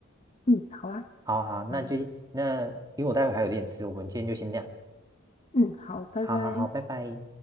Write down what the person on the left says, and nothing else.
嗯，好啊，
啊，
嗯，好，拜拜。